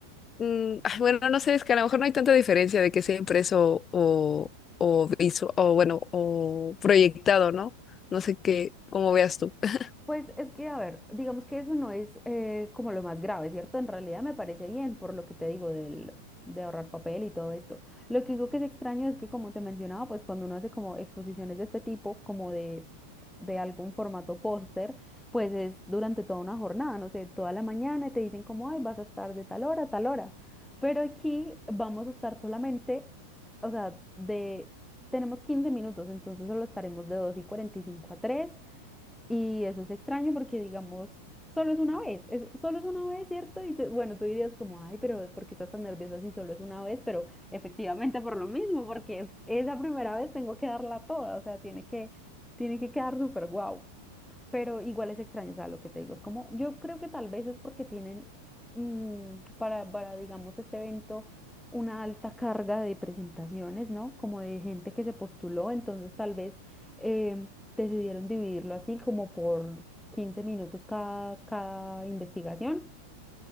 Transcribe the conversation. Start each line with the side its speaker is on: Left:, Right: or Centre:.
Left: Mm, ay, bueno, no sé, es que a lo mejor no hay tanta diferencia de que sea impreso o, o, visu- o bueno, o proyectado, ¿no? No sé qué, cómo veas tú. <laughs>
Centre: Pues es que, a ver, digamos que eso no es eh, como lo más grave, ¿cierto? En realidad me parece bien por lo que te digo del, de ahorrar papel y todo esto. Lo que digo que es extraño es que, como te mencionaba, pues cuando uno hace como exposiciones de este tipo, como de, de algún formato póster, pues es durante toda una jornada, no sé, toda la mañana y te dicen como, ay, vas a estar de tal hora a tal hora. Pero aquí vamos a estar solamente, o sea, de, tenemos 15 minutos, entonces solo estaremos de 2 y 45 a 3. Y eso es extraño porque, digamos, solo es una vez, es, solo es una vez, ¿cierto? Y tú- bueno, tú dirías como, ay, pero ¿por qué estás tan nerviosa si solo es una vez? Pero efectivamente por lo mismo, porque esa primera vez tengo que darla toda, o sea, tiene que, tiene que quedar súper guau pero igual es extraño, o sea, lo que te digo es como, yo creo que tal vez es porque tienen mm, para, para, digamos, este evento una alta carga de presentaciones, ¿no? Como de gente que se postuló, entonces tal vez eh, decidieron dividirlo así como por 15 minutos cada, cada investigación,